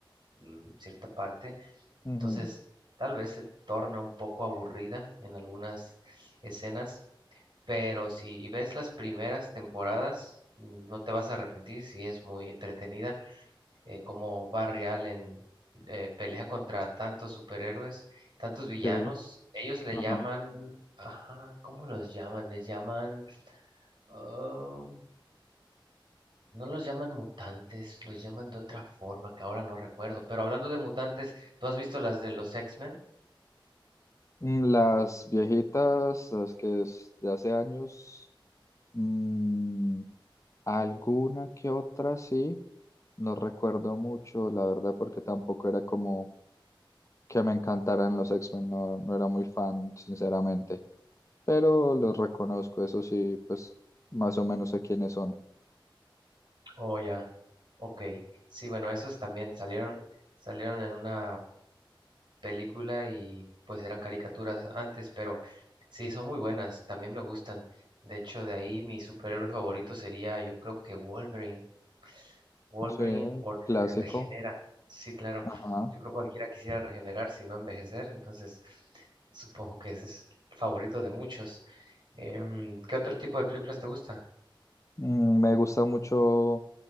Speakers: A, on the right (about 60°); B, on the left (about 35°).
A: mm, cierta parte,
B: ujú,
A: entonces tal vez se torna un poco aburrida en algunas escenas pero si ves las primeras temporadas, no te vas a arrepentir si es muy entretenida, eh, como Barry Allen eh, pelea contra tantos superhéroes, tantos villanos.
B: ok,
A: Ellos le
B: ajá.
A: llaman, ajá, ¿cómo los llaman? Les llaman, ah, no los llaman mutantes, los llaman de otra forma que ahora no recuerdo. Pero hablando de mutantes, ¿tú has visto las de los X-Men?
B: Mm, Las viejitas, las que es de hace años. mm, Alguna que otra sí, no recuerdo mucho, la verdad, porque tampoco era como que me encantaran los X-Men, no, no era muy fan, sinceramente, pero los reconozco, eso sí, pues más o menos sé quiénes son.
A: Oh, ya, ok. Sí, bueno, esos también salieron, salieron en una película y pues eran caricaturas antes, pero sí, son muy buenas, también me gustan. De hecho, de ahí mi superhéroe favorito sería, yo creo que Wolverine. Wolverine
B: Sí,
A: porque
B: clásico,
A: se <laughs> regenera. Sí, claro.
B: ajá.
A: Yo creo que cualquiera quisiera regenerar si no envejecer, entonces supongo que ese es el favorito de muchos. Em, ¿qué otro tipo de películas te gusta?
B: Mm, me gustan mucho